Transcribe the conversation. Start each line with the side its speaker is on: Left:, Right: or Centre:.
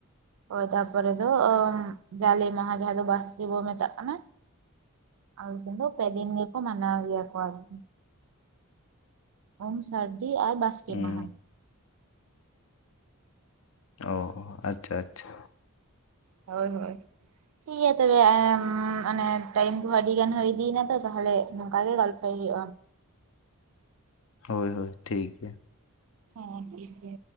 Right: ᱦᱳᱭ ᱛᱟᱨᱯᱚᱨᱮ ᱫᱚ ᱡᱟᱞᱮ ᱢᱟᱦᱟ ᱡᱟᱦᱟᱸ ᱫᱚ ᱵᱟᱥᱠᱮ ᱵᱚ ᱢᱮᱛᱟᱜ ᱠᱟᱱᱟ ᱟᱞᱮ ᱥᱮᱫ ᱯᱮ ᱫᱤᱱ ᱜᱮᱠᱚ ᱢᱟᱱᱟ ᱜᱮᱭᱟ ᱠᱚ ᱟᱨᱠᱤ ᱩᱢ ᱥᱟᱹᱨᱫᱤ ᱟᱨ ᱵᱟᱥᱠᱮ
Left: ᱦᱩᱸ
Right: ᱢᱟᱦᱟ
Left: ᱚ ᱟᱪᱪᱷᱟ ᱟᱪᱪᱷᱟ
Right: ᱦᱳᱭ ᱦᱳᱭ ᱴᱷᱤᱠ ᱜᱮᱭᱟ ᱛᱚᱵᱮ ᱚᱱᱮ ᱴᱟᱭᱤᱢ ᱠᱚᱦᱚᱸ ᱟᱹᱰᱤ ᱜᱟᱱ ᱦᱩᱭ ᱤᱫᱤᱭᱱᱟ ᱛᱚ ᱛᱟᱦᱚᱞᱮ ᱱᱚᱝᱠᱟ ᱜᱮ ᱜᱚᱞᱯᱚ <inaudible> ᱥᱦᱼᱟ
Left: ᱦᱳᱭ ᱦᱳᱭ ᱴᱷᱤᱠ ᱜᱮᱭᱟ
Right: ᱦᱮᱸ ᱴᱷᱤᱠ ᱜᱮ